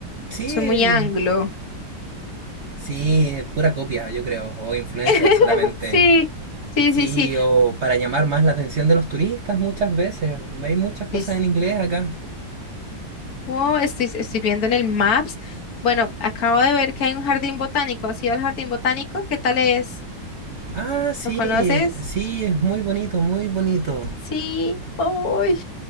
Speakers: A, on the right; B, on the left.
A: sí,
B: son muy anglo.
A: sí, pura copia, yo creo. O influencia
B: <laughs>
A: solamente
B: Sí, sí,
A: Sí,
B: sí, sí.
A: o para llamar más la atención de los turistas muchas veces. Hay muchas cosas
B: Dis-
A: en inglés acá.
B: Oh, estoy, estoy viendo en el Maps. Bueno, acabo de ver que hay un jardín botánico. ¿Has ido al jardín botánico? ¿Qué tal es?
A: Ah, sí,
B: ¿Lo conoces?
A: sí, es muy bonito, muy bonito.
B: Sí. Uy.